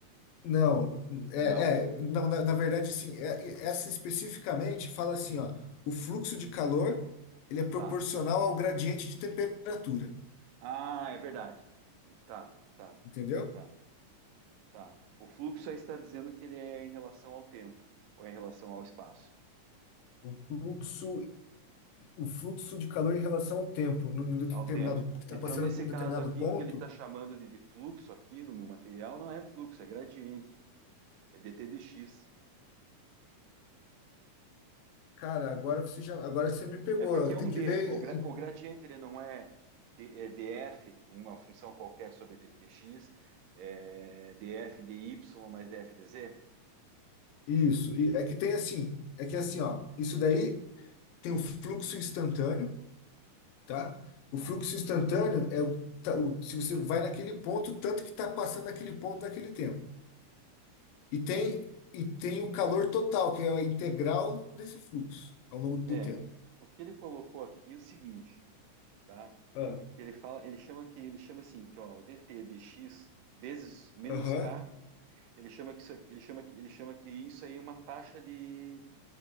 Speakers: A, on the left (about 80°); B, on the right (about 80°).
A: Não, é,
B: Não?
A: é, não, na, na verdade, sim, é- é- essa especificamente fala assim, ó, o fluxo de calor, ele é proporcional
B: Tá.
A: ao gradiente de temperatura,
B: Ah, é verdade. Tá, tá,
A: entendeu?
B: tá, tá. O fluxo aí está dizendo que ele é em relação ao tempo, ou é em relação ao espaço,
A: O fluxo, o fluxo de calor em relação ao tempo, num num determinado,
B: ao tempo.
A: está
B: Então,
A: passando
B: nesse
A: por um
B: caso
A: determinado
B: aqui,
A: ponto,
B: que ele está chamando de, de fluxo aqui no meu material, não é fluxo, é gradiente, é dt dx.
A: cara, agora você já, agora você me pegou,
B: É porque é
A: tem
B: um
A: que
B: D.
A: ver
B: O, gra-
A: em-
B: o gradiente ele não é, D- é df, uma função qualquer sobre d- dx, é df dy mais df dz.
A: isso, e é que tem assim, é que assim, ó, isso daí tem o fluxo instantâneo, tá? O
B: Tá,
A: fluxo instantâneo é o, tá- o- se você vai naquele ponto, tanto que está passando naquele ponto naquele tempo. E tem,
B: tá.
A: e tem o calor total, que é a integral desse fluxo ao longo do
B: É,
A: tempo.
B: o que ele colocou aqui é o seguinte, tá?
A: Ah,
B: Ele fala, ele chama que ele chama assim que ó, o dt dx vezes menos
A: Aham.
B: k, ele chama que isso, aqui- ele chama que ele chama que isso aí é uma taxa de